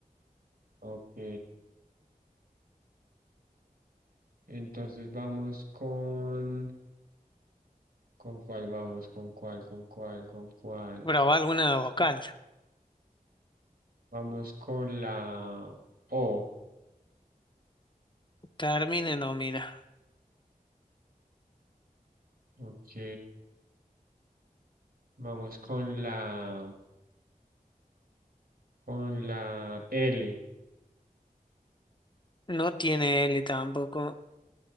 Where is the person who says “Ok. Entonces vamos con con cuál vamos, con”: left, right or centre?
Right